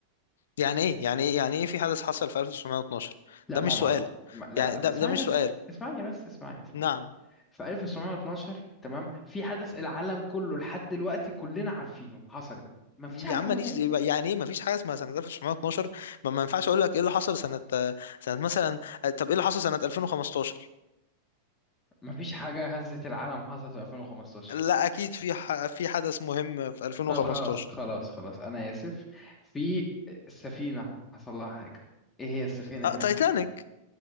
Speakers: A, on the left; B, on the left.
A: يعني ايه يعني ايه يعني ايه في حدث حصل في 1912
B: لا
A: ده
B: ما
A: مش
B: هو مع...
A: سؤال
B: ما... لا
A: يعني
B: لا
A: ده
B: ما اسمعني
A: ده مش
B: بس
A: سؤال
B: اسمعني بس اسمعني اسمعني
A: نعم
B: في 1912 تمام في حدث العالم كله لحد دلوقتي كلنا عارفينه حصلت ما فيش حاجه
A: يا
B: اسمها
A: عم ماليش
B: يعني
A: زي-
B: ايه
A: يعني ايه مفيش حاجه اسمها سنه 1912 ما ما ينفعش اقول لك ايه اللي حصل سنه سنه مثلا طب ايه اللي حصل سنه 2015
B: ما فيش حاجه هزت العالم حصلت في 2015
A: لا اكيد في ح... في حدث مهم في 2015
B: طيب خلاص خلاص خلاص انا اسف في سفينه حصل لها حاجه ايه هي السفينه
A: آه،
B: دي
A: تايتانيك
B: حصل لها إيه؟